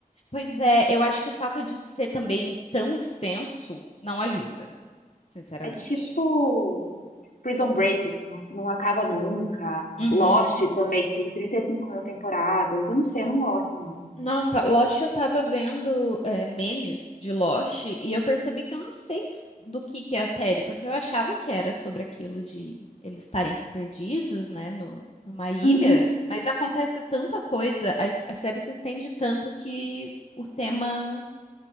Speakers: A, on the left; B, on the left.
A: Pois é, eu acho que o fato de ser também tão extenso não ajuda, sinceramente.
B: É tipo Prison Break, assim, não, não acaba nunca.
A: Uhum.
B: Lost também, que tem 35 mil temporadas. Eu não sei, eu não gosto muito.
A: Nossa, Lost eu tava vendo é, memes de Lost e eu percebi que eu não sei s- do que que é a série, porque eu achava que era sobre aquilo de eles estarem perdidos, né, no, numa ilha,
B: Uhum.
A: mas acontece tanta coisa, a, s- a série se estende tanto que o tema